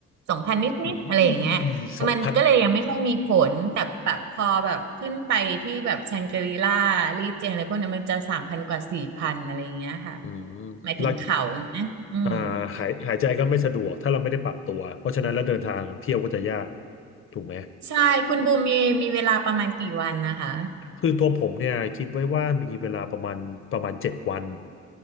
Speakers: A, on the right (about 65°); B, on the left (about 45°).
A: สองพันนิดๆอะไรอย่างเงี้ย
B: อุ้ยสองพัน
A: มันก็เลยยังไม่ค่อยมีผลแต่แบบพอแบบขึ้นไปที่แบบแชงกรีล่าลี่เจียงอะไรพวกนั้นมันจะสามพันกว่าสี่พันอะไรอย่างเงี้ยค่ะ
B: อืมแล้ว
A: หมายถึงเขานะอืม
B: อ่าหายหายใจก็ไม่สะดวกถ้าเราไม่ได้ปรับตัวเพราะฉะนั้นแล้วเดินทางเที่ยวก็จะยากถูกไหม
A: ใช่คุณบูมมีมีเวลาประมาณกี่วันนะคะ
B: คือตัวผมเนี่ยคิดไว้ว่ามีเวลาประมาณประมาณเจ็ดวัน